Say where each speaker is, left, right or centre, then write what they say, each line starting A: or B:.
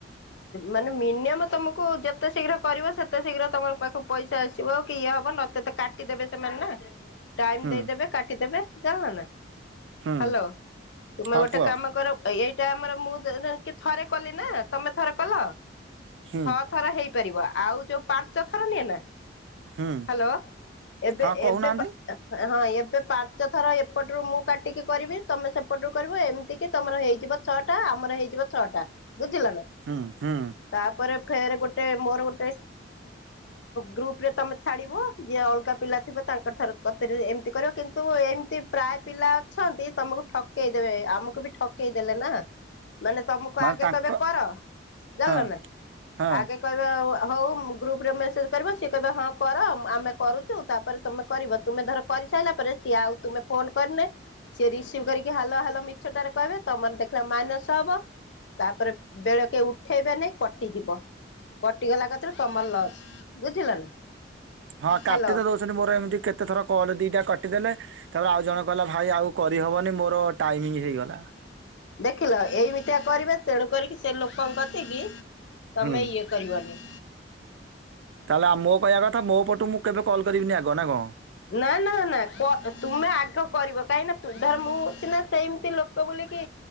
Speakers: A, on the left; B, on the right.
A: ମାନେ ମିନିଯମ୍ ତମକୁ କୁ ଯେତେ ଶୀଘ୍ର କରିବ ସେତେ ଶୀଘ୍ର ତମର ପାଖକୁ ପଇସା ଆସିବ କି ଇଏ ହବ ନଚେତ କାଟିଦେବେ ସେମାନେ ନା। ଦେବେ ଟାଇମ
B: ହୁଁ
A: ଦେଇଦେବେ କାଟିଦେବେ ଜାଣିଲ ନା
B: ହୁଁ
A: ହାଲୋ ତୁମେ
B: ହଁ
A: ଗୋଟେ
B: କୁହ
A: କାମ କର ଏଇଟା ଆମର ମୁଁ ଦେ <unintelligible> ଥରେ କଲି ନା ତମେ ଥରେ କଲ
B: ହୁଁ
A: ଛଅ ଥର ହେଇ କରିବ ଆଉ ଯୋଉ ପାଞ୍ଚ ଥର ନିଏନା
B: ହୁଁ
A: ହାଲୋ ଏବେ
B: ହଁ କହୁନାହାନ୍ତି
A: ଏବେ ହଁ ଏବେ ପାଞ୍ଚ ଥର ଏପଟରୁ ମୁଁ କାଟିକି କରିବି ତମେ ସେପଟୁ କରିବ ଏମିତି କି ତମର ହେଇ ଯିବ ଛଅଟା ଆମର ହେଇଯିବ ଛଅଟା ବୁଝିଲ ନା
B: ହୁଁ ହୁଁ
A: ତାପରେ ଫେରେ ଗୋଟେ ମୋର ଗୋଟେ ଗ୍ରୁପରେ ତମେ ଛାଡିବ ଯିଏ ଅଲଗା ପିଲା ଥିବେ ତାଙ୍କ ଥରୁ କତିରେ ଏମିତି କରିବ କିନ୍ତୁ ଏମିତି ପ୍ରାୟ ପିଲା ଅଛନ୍ତି ତମୁକୁ ଠକେଇ ଦେବେ ଆମ୍ ଆମୁକୁ ବି ଠକେଇ ଦେଲେନା। ମାନେ ତମୁକୁ
B: ମାନେ
A: ଆଗେ
B: ତାଙ୍କ
A: କହିବେ କର ଜାଣିଲ
B: ହଁ
A: ନା
B: ହଁ
A: ଆଗେ କହିବେ ହୋଉ ମୁଁ ଗ୍ରୁପରେ ମେସେଜ କରିବ ସିଏ କହିବେ ହଁ କର ଆମେ କରୁଚୁ ତାପରେ ତୁମେ କରିବ ତୁମେ ଧର କରି ହେଇସାରିଲା ପରେ ସିଏ ଆଉ ତୁମେ ଫୋନ୍ କରିନେ ସିଏ ରିସିଭ୍ କରିକି ହାଲୋ ହାଲୋ ମିଛଟାରେ କହିବେ ତମର ଦେଖିଲା ମାଇନସ ହବ ତାପରେ ବେଳେକେ ଉଠେଇବେନି କଟିଯିବ। କଟିଗଲା କତିରୁ ତମର ଲସ୍ ବୁଝିଲ ନା।
B: ହଁ କାଟି
A: ହାଲୋ
B: ତ ଦୋଉଚନ୍ତି ମୋର ଏମିତି କେତେ ଥର କଲ୍ ଦିଟା କାଟିଦେଲେ ତାପରେ ଆଉ ଜଣେ କହିଲା ଭାଇ ଆଉ କରିହବ ମାନେ ମୋର ଟାଇମିଙ୍ଗ ହେଇଗଲା।
A: ଦେଖିଲ ଏଇମିତିଆ କରିବେ ତେଣୁ କରିକି ସେ ଲୋକଙ୍କ କତିକି ତମେ
B: ହୁଁ
A: ଇଏ କରିବନି।
B: ତାହେଲେ ଆ ମୋ କହିବା କଥା ମୋ ପଟୁ ମୁଁ କେବେ କଲ୍ କରିବିନି ଆଗ ନା କଣ?
A: ନାଁ ନାଁ ନାଁ କ ତୁମେ ଆଗ କରିବ କାହିଁକି ନାଁ ମୁଁ ସିନା ସେମତି ଲୋକ ବୋଲିକି